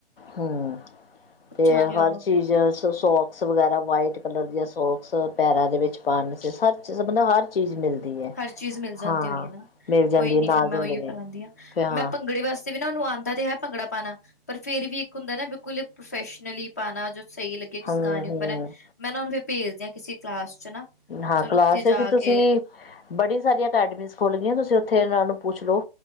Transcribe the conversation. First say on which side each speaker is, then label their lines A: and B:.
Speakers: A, on the left; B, on the left.
A: ਹਮ
B: ਪੁੱਛਾਂਗੇ
A: ਤੇ ਹਰ
B: ਉਹਨੂੰ
A: ਚੀਜ਼
B: ਫਿਰ
A: ਸੋਕਸ ਵਗੈਰਾ ਵਾਈਟ ਕਲਰ ਦੀਆਂ ਸੋਕਸ ਪੈਰਾਂ ਦੇ ਵਿੱਚ ਪਾਣ ਵਾਸਤੇ ਹਰ ਚੀਜ਼ ਮਿਲਦੀ। ਹੈ
B: ਹਰ ਚੀਜ਼ ਮਿਲ ਜਾਂਦੀ
A: ਹਾਂ
B: ਹੋਣੀ ਐ ਨਾ
A: ਮਿਲ ਜਾਂਦੀ
B: ਕੋਈ ਨੀ
A: ਹੈ ਨਾਲ
B: ਫੇਰ
A: ਦਿੰਦੇ
B: ਮੈਂ ਉਹੀਓ
A: ਨੇ
B: ਕਰਾਉਂਦੀ ਹਾਂ
A: ਤੇ ਹਾਂ
B: ਮੈਂ ਭੰਗੜੇ ਵਾਸਤੇ ਨਾ ਉਹਨੂੰ ਆਂਦੇ ਤੇ ਹੈ ਭੰਗੜਾ ਪਾਉਣਾ ਪਰ ਫੇਰ ਵੀ ਇੱਕ ਹੁੰਦਾ ਨਾ ਬਿਲਕੁਲ ਪ੍ਰੋਫੈਸ਼ਨਲੀ ਪਾਉਣਾ ਸਹੀ ਲੱਗਿਆ ਕਿਸੇ
A: ਹਮ
B: ਗਾਣੇ ਉੱਪਰ
A: ਹਮ
B: ਐ ਮੈਂ ਨਾ ਹਨੂੰ ਫ ਭੇਜਦੇ ਹਾਂ ਕਿਸੇ ਕਲਾਸ ਚ ਨਾ
A: ਹਾਂ
B: ਚਲੋ
A: ਕਲਾਸ
B: ਉੱਥੇ ਜਾ
A: ਦੀ ਤੁਸੀਂ
B: ਕੇ
A: ਬੜੀ ਸਾਰੀਆਂ ਅਕੈਡਮੀਜ਼ ਖੋਲ ਗਈਆਂ ਤੁਸੀਂ ਉੱਥੇ ਇਹਨਾਂ ਨੂੰ ਪੁੱਛ ਲੋ